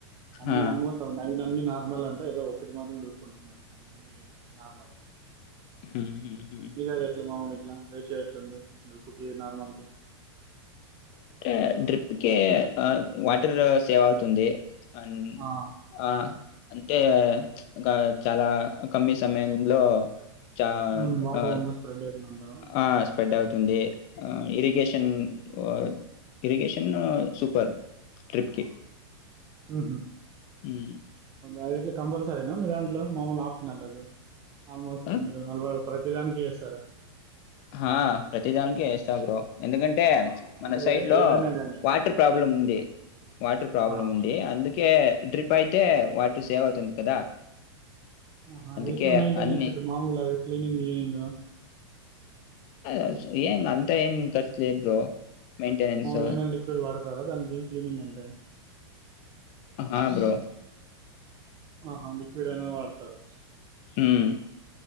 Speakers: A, on the right; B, on the left.
A: అన్ని
B: ఆ
A: ఆల్మోస్ట్ నైన్ అన్ని నార్మల్ అంటు దో ఒకట్ మాత్రం ంటుంది అంతే ఇ అన్ని నార్మల్
B: హ్మ్, హ్మ్, హ్మ్.
A: నిస రెట్లు మామూలు ఇట్ల రేష ఎట్లంది డ్రిప్కి నార్మల్ కి
B: అంటే డ్రిప్కిి వాటర్ సేవ్ అవుతుంది మ్మ్
A: ఆ
B: ఆ అంటే ఇంకా చాలా కమ్మి సమయంలో చ
A: హ్మ్. వాటర్
B: ఆ
A: అంతా స్ప్రెడ్ అవుతుంది అంటావా
B: ఆ స్పెడ్ అవు తుంది ఆ ఇరిగేషన్ ఆహ్, ఇరిగేషన్ ఆ సూపర్ ట్రిప్కి
A: ఉ హు
B: ఉహ్మ్
A: అది ఎట్లా కంపల్సరీనా మీ దాంట్లో మామూలు ఆప్షనల్ అది ఆల్మోస్ట్
B: ఆహ్, ఆ!
A: మీరు హల్వా ప్ర తి దానికి ఏస్తారా
B: హా ప్రతి దానిక ఏస్తా బ్రో ఎందుకంటే
A: ఆ!
B: మన
A: అంటే
B: సైడ్ లో
A: ఏదైనా గాని.
B: వాటర్ ప్రాబ్లం
A: హ్మ్.
B: ఉంది వాటర్ ప్రాబ్లం
A: ఆ!
B: ఉంది అందుకె కే డ్రిప్ అయితే వాటర్ సేవ్ అవుతుంది కదా
A: ఆహా
B: అందుకే
A: ఎట్ల మేంటేనేన్స్
B: అన్ని
A: మామూల అ క్లినింగ్ విలినింగ్
B: అస ఏం అంతా ఏం కర్చ్ లేదు బ్రో మెయింటెనెన్స్
A: మామూలుగా ఏదైనా లిక్విడ్ వాడో తారా దానికి క్లీనింగ్ అంటే
B: హా బ్రో
A: ఆహా లిక్విడ్ అయినా వాడతారు
B: ఉహ్మ్